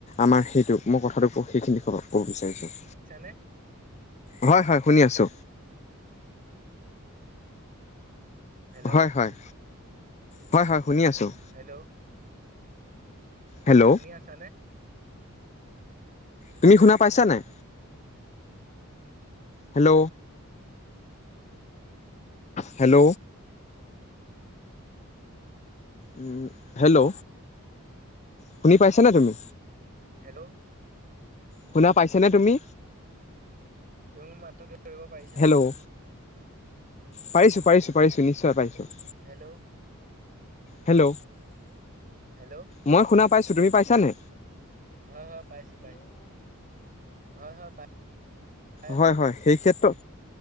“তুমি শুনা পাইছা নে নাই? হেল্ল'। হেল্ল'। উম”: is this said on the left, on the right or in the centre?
Left